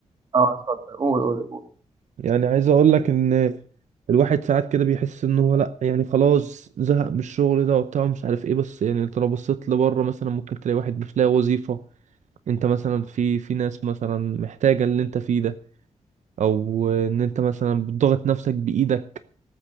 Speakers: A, on the right; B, on the right.
A: اه اتفضل قول قول قول
B: يعني عايز اقول لك ان الواحد ساعات كده بيحس ان هو لا يعني خلاص زهق من الشغل ده وبتاع مش عارف ايه بس يعني انت لو بصيت لبره مثلا ممكن تلاقي واحد مش لاقي وظيفة انت مثلا في في ناس مثلا محتاجة اللي انت فيه ده او ان انت مثلا بتضغط نفسك بايدك